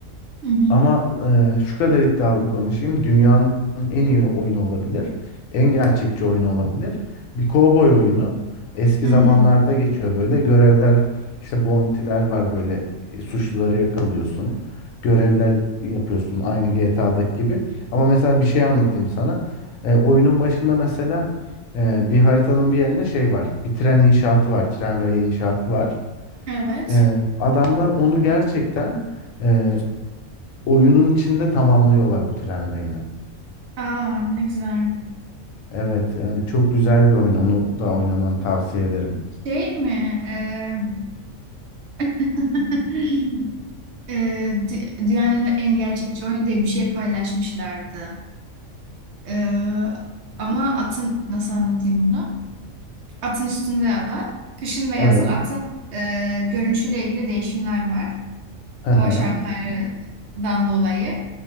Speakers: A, on the right (about 65°); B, on the left (about 80°).
A: Hı hı.
B: Ama e, şu kadar iddialı konuşayım. Dünyanın en iyi oyunu olabilir. En gerçekçi oyunu olabilir. Bir kovboy oyunu. Eski
A: Hı.
B: zamanlarda geçiyor böyle. Görevler işte bounty'ler var böyle. E, Suçluları yakalıyorsun. Görevler yapıyorsun aynı GTA'daki gibi. Ama mesela bir şey anlatayım sana. E, oyunun başında mesela e, bir haritanın bir yerinde şey var. Bir tren inşaatı var. Tren rayı inşaatı var.
A: Evet.
B: E, adamlar onu gerçekten e, oyunun içinde tamamlıyorlar o tren rayını.
A: Aa ne güzel.
B: Evet, e, çok güzel bir oyun. Onu da oynamanı tavsiye ederim.
A: Şey mi? Ee, <laughs> ee, dü- dünyanın en gerçekçi oyunu diye bir şey paylaşmışlardı. Ee, ama atın nasıl anlatayım bunu? Atın üstünde ada. Kışın ve yazın
B: Evet.
A: atın e, görünüşüyle ilgili değişimler var.
B: Hı
A: Hava
B: hı.
A: şartlarından dolayı.